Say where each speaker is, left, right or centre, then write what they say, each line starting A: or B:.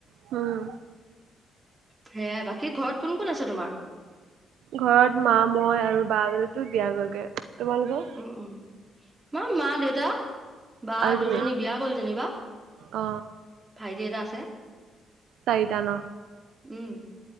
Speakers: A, on the right (about 80°); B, on the right (about 20°).
A: হম
B: সেয়া বাকী ঘৰত কোন কোন আছে তোমাৰ
A: ঘৰত মা মই আৰু বা জনিটো বিয়া গলগে তোমালোকৰ
B: উম উম মই মা দেউতা বা
A: আৰু
B: দুজনী
A: তুমি
B: বিয়া গ'ল যেনিবা
A: অ
B: ভাইটি এটা আছে
A: চাৰিটা ন
B: উম